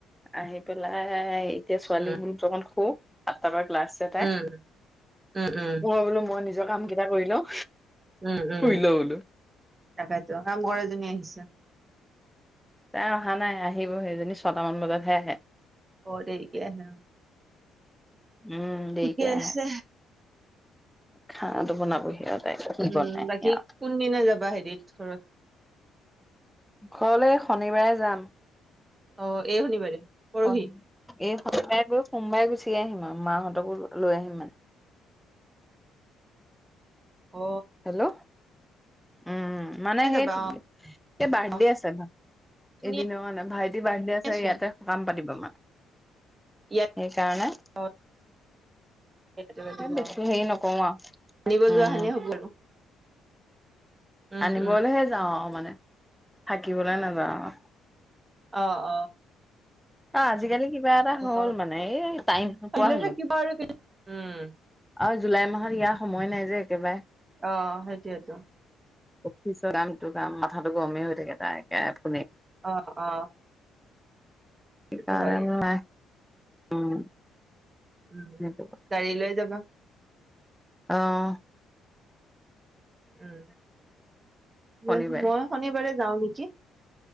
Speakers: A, in the centre; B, on the right (about 30°).
A: আহি পেলাই এতিয়া ছোৱালী
B: উম
A: অমান শো আাঠটা ক্লাছে তাই
B: উম উম উম
A: মই বোলো মই নিজৰ কাম কেইটা কৰি লওঁ
B: উম উম
A: শুই লৈ বোলো।
B: তাকেতো কাম কৰাজনী আহিছে
A: তাই অহা নাই আহিব সেইজনী ছটামান বজাতহে আহে
B: অ দেৰিকে আহে
A: উম দেৰিকে
B: ঠিকে
A: আহে
B: আছে
A: খানাটো বনাবহি আৰু তাই কি
B: উম
A: বনাই
B: বাকী
A: সেয়া
B: কোনদিনা যাবা হেৰিত ঘৰত
A: ঘৰলৈ শনিবাৰে যাম
B: অ এই শনিবাৰে পৰহি
A: অ এই শনিবাৰে গৈ সোমবাৰে গুচি গুচি আহিম আৰু মাহঁতকো লৈ আহিম মানে
B: অ
A: হেল্ল' উম মানে
B: কেতিয়া
A: সেই
B: যাবা
A: সেই বাৰ্থডে
B: অ
A: আছে ন
B: শুনি
A: এদিনৰ মানে ভাইটি বাৰ্থডে আছে
B: আছো
A: ইয়াতে সকাম পাতিব মানে
B: ইয়াত
A: এই কাৰণে
B: অ ইয়াতে পাতিব
A: বেছো
B: অ
A: হেৰি নকওঁ আৰু
B: আনিব যোৱা
A: উম
B: হানে হ'ব আৰু উম
A: আনিবলৈহে
B: উম
A: যাওঁ মানে থাকিবলৈ নাযাওঁ আৰু
B: অ অ
A: অ আজিকালি কিবা এটা
B: অ
A: হল মানে এই টাইম নোপোৱা
B: পাৰিলে
A: হলো
B: থাকিবা আৰু উম
A: আৰু জুলাই মাহত ইয়াৰ সময় নাই যে একেবাৰে
B: অ সেইটোৱেতো
A: অফিচৰ কামটো কাম মাথাাতটো গৰমেই হৈ থাকে তাইে
B: অ অ
A: কি
B: সেইটো
A: কাৰ
B: হয়
A: নাই উম
B: উ
A: সেইটো
B: গাড়ী লৈ যাবা
A: অহ
B: উম
A: শনিবাৰে
B: মই শনিবাৰে যাওঁ নেকি